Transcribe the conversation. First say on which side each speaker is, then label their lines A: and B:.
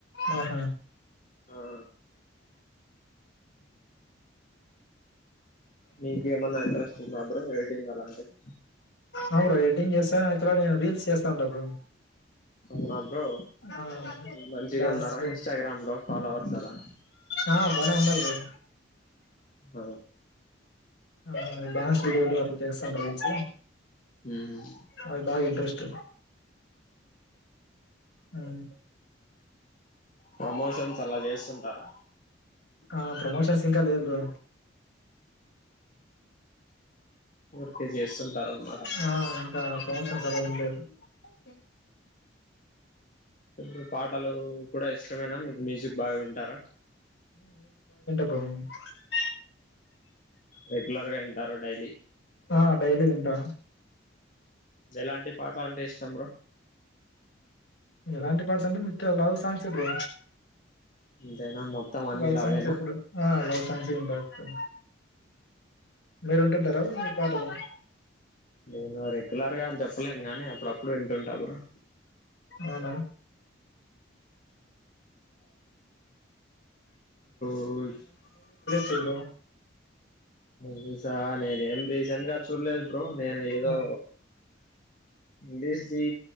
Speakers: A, on the left (about 65°); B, on the left (about 40°).
A: ఆ హ
B: ఆ మీకేమన్నా ఇంట్రెస్ట్ ఉందా బ్రో ఎడిటింగ్ అలాంటిది
A: ఆ బ్రో చేస్తా ఇక్కడ నేను రీల్స్ చేస్తాంట బ్రో
B: అవును బ్రో
A: ఆ,
B: మంచిగా
A: డాన్స్
B: ఉన్నారా
A: లో
B: ఇన్స్టాగ్రామ్ లో ఫాలోవర్స్ అలా
A: ఆ బానే ఉన్నారు బ్రో
B: ఆ
A: ఆ డ్యాన్స్ వీడియోలు అట్లా చేస్తాం రీల్స్
B: మ్ హ్
A: అవి బాగా ఇంట్రెస్ట్ మ్
B: ప్రమోషన్స్ అలా చేస్తుంటారా
A: ఆ ప్రమోషన్స్ ఇంకా లేదు బ్రో
B: ఊరికే చేస్తుంటారనమాట
A: ఆ అంత <unintelligible>
B: ఇప్పుడు పాటలు కూడా ఇష్టమేనా మీకు మ్యూజిక్ బాగా వింటారా
A: అ
B: రెగ్యులర్గా వింటారు డైలీ
A: ఆ! డైలీ వింటా.
B: ఎలాంటి పాట అంటే ఇష్టం బ్రో
A: ఎలాంటి పార్ట్స్ అంటే విత్ లవ్ సాంగ్స్ ఎ బ్రో
B: అంతేనా మొత్తం అన్ని
A: లవ్
B: లవ్వేనా
A: సాంగ్స్ ఎప్పుడు ఆహ్ లవ్ సాంగ్స్ ఉంటాయి ఎప్పుడు మీరు ఉంటుంటారు. ఆది నీ పాటకు.
B: నేను రెగ్యులర్ గా అని చెప్ప్. చెప్పలేను గానీ అప్పుడప్పుడు వింటుంటా బ్రో
A: అవునా!
B: బ్రోయి.
A: Hello
B: hello sir. నేనేం రీసెంట్ గా చూడలేదు బ్రో నేను ఏదో.
A: ఆ!
B: Release the